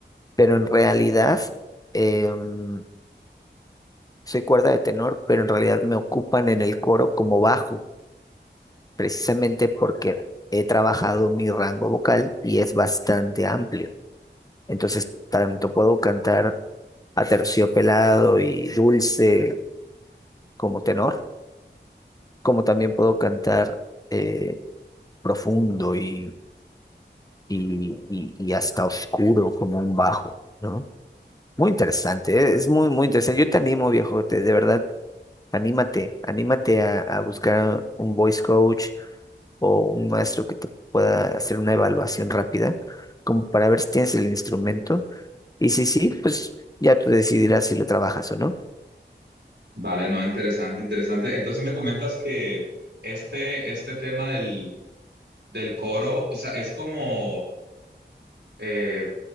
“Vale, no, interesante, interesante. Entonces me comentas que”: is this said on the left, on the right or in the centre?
Right